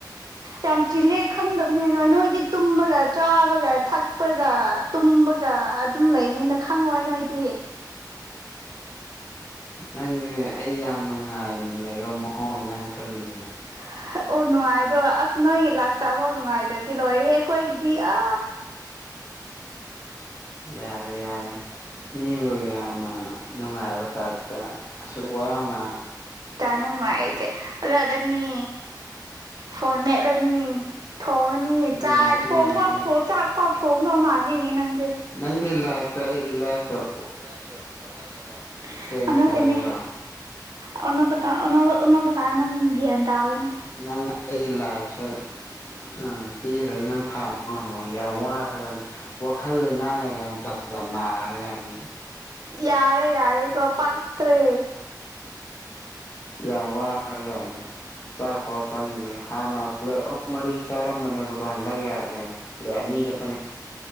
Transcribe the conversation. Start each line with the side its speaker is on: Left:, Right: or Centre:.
Right: ꯌꯥꯝ ꯆꯤꯜꯂꯦ ꯈꯪꯗꯕꯅꯤ ꯅꯣꯏ ꯅꯣꯏꯗꯤ ꯇꯨꯝꯕꯒ ꯆꯥꯕꯒ ꯊꯛꯄꯒ ꯇꯨꯝꯕꯒ ꯑꯗꯨꯝ ꯂꯩꯅꯤꯅ ꯈꯪꯉꯣꯏ ꯅꯣꯏꯗꯤ
Left: ꯅꯪꯁꯦ ꯑꯩ ꯌꯥꯝ ꯅꯨꯡꯉꯥꯏꯅ ꯂꯩꯌꯣ ꯃꯑꯣꯡꯅꯦ ꯅꯪ ꯈꯜꯂꯤꯖꯦ
Right: <inaudible> ꯑꯣ ꯅꯨꯡꯉꯥꯏꯗꯣ ꯑꯁ ꯅꯣꯏꯒꯤ ꯂꯥꯏꯞ ꯏꯁꯇꯥꯏꯜꯐꯥꯎ ꯅꯨꯡꯉꯥꯏꯇ꯭ꯔꯗꯤ ꯂꯣꯏꯔꯦ ꯑꯩꯈꯣꯏꯒꯤꯗꯤ ꯑ
Left: ꯌꯥꯔꯦ ꯌꯥꯔꯦ ꯏꯕꯨ ꯌꯥ ꯌꯥꯝꯅ ꯅꯨꯡꯉꯥꯏꯕ ꯇꯥꯏꯞꯇ ꯑꯁꯨꯛ ꯋꯥꯅ
Right: ꯅꯪ ꯅꯨꯡꯉꯥꯏꯔꯤꯁꯦ ꯍꯧꯒꯠꯂꯅꯤ ꯐꯣꯟ ꯃꯦꯠꯂꯅꯤ ꯊꯣꯡꯉꯅꯤ
Left: ꯅꯨꯡꯉꯥꯏꯇꯦ
Right: ꯆꯥꯏ ꯊꯣꯡꯐꯥꯎ
Left: ꯅꯨꯡꯉꯥꯏꯇꯦ
Right: ꯊꫭꯡ ꯆꯥꯛꯐꯥꯎ ꯊꯣꯡꯗꯧ ꯃꯥꯟꯗꯦꯅꯦ ꯅꯪꯁꯦ
Left: ꯅꯪꯒꯤ ꯂꯥꯏꯐꯀꯥ ꯑꯩꯒꯤ ꯂꯥꯏꯐꯀꯥ
Right: ꯂꯥꯏꯐꯀꯥ ꯑꫭꯟꯅꯈꯔꯗꫭ
Left: ꯆꯦꯟꯖ
Right: ꯑꯣꯟꯅꯁꯤꯅꯦ
Left: ꯇꯧꯁꯤꯔꯣ
Right: ꯑꫭꯟꯅꯕꯗꯥ ꯑꫭꯟꯅꯕ ꯑꫭꯟꯅꯕ ꯀꯥꯟ ꯅꯪ ꯒ꯭ꯌꯥꯟ ꯇꯥꯒꯅꯤ꯫
Left: ꯅꯪ ꯑꯩꯒꯤ ꯂꯥꯏꯐꯁꯦ ꯑ ꯄꯤꯈ꯭ꯔꯥ ꯅꯪ ꯊꯥꯕ ꯉꯝꯃꯣꯏ ꯌꯥꯝ ꯋꯥ ꯐꯖꯅꯥ ꯋꯥꯈꯜ ꯂꯩꯅꯥꯒ ꯌꯥꯝ ꯖꯥꯠ ꯖꯥꯠ ꯅꯈꯔꯥ ꯖꯥꯠꯅꯤ
Right: ꯌꯥꯔꯦ ꯌꯥꯔꯦ ꯀꯣ ꯄꯥꯛꯇ꯭ꯔꯦ꯫
Left: ꯌꯥꯝ ꯋꯥꯔꯥꯕ ꯖꯥꯠꯅꯤ ꯆꯥꯛ ꯐꯥꯎ ꯆꯪꯗꯦ ꯍꯥꯟꯅ ꯄ꯭ꯂꯦꯠ ꯑꯍꯨꯝ ꯃꯔꯤ ꯆꯥꯔꯝꯕꯅꯦꯕꯀꫭ ꯍꯟꯗꯥꯛ ꯌꯥꯗ꯭ꯔꯦ ꯄ꯭ꯂꯦꯠ ꯑꯅꯤꯒꯇꯥꯅꯦ